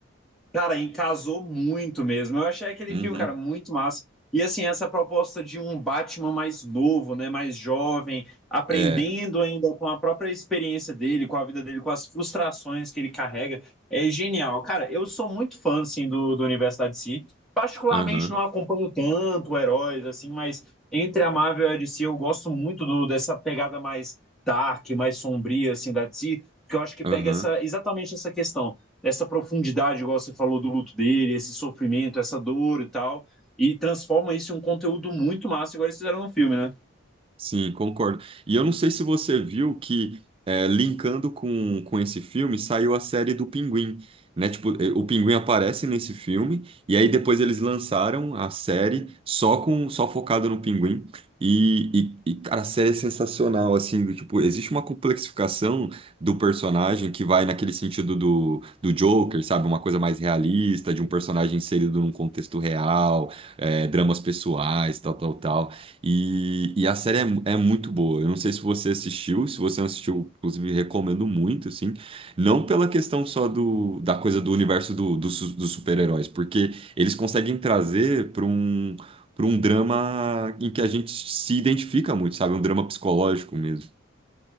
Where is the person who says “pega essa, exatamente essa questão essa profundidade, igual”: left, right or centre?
Centre